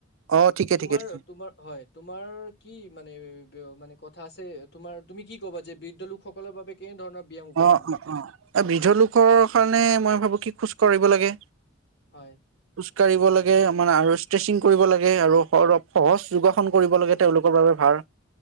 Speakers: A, on the right; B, on the left.
A: অ ঠিকে
B: তোমাৰ-
A: ঠিকে ঠিকে।
B: তোমাৰ হয় তোমাৰ মানে-মানে কথা আছে তোমাৰ তুমি কি কবা যে বৃদ্ধ লোকসকলৰ বাবে কেনে ধৰণৰ ব্যায়াম উপযোগী
A: অহ - অহ - অহ বৃদ্ধ লোকৰ কাৰণে মই ভাবো কি খোজ কৰিব লাগে।
B: হয়
A: খোজ কাঢ়িব লাগে আমাৰ আৰু ষ্ট্ৰেচিং কৰিব লাগে আৰু সহজ যোগাসন কৰিব লাগে তেওঁলোকৰ বাবে ভাল।